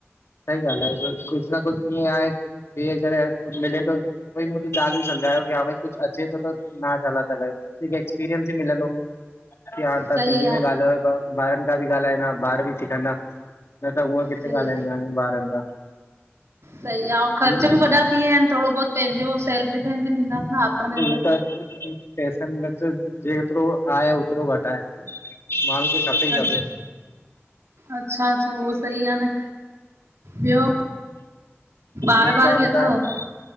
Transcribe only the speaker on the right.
सही
आ
सही
सही आ ऐं ख़र्च
बि वॾा थी विया आहिन थोरो बहुोत पंहिंजो सेल्फ डिफेंस बि थींदास न आतमनिर्भर
अच्छा
अच्छा अच्छा उहो सही आहे न। ॿियो? ॿार
वार
बि
अथव